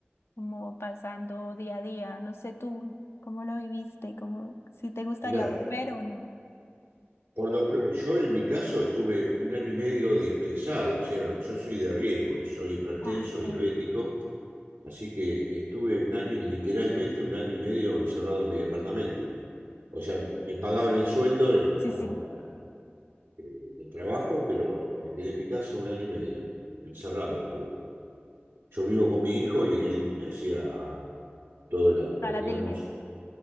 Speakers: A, on the left; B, on the right.
A: como pasando día a día. No sé tú cómo lo viviste, como si te gustaría
B: Mirá,
A: volver o no.
B: por lo, pro- yo en mi caso estuve un año y medio dispensado, o sea, yo soy de riesgo, soy hipertenso,
A: Ah,
B: diabético,
A: ok.
B: así que estuve un año, y literalmente un año y medio encerrado en mi departamento. O sea, me pagaban el sueldo, en,
A: Sí,
B: digamos,
A: sí,
B: la- eh, del trabajo, pero me quedé en mi casa un año y medio. encerrado estuve. Yo vivo con mi hijo y él me hacía todas las, lo-
A: todas las
B: digamos,
A: diligencias.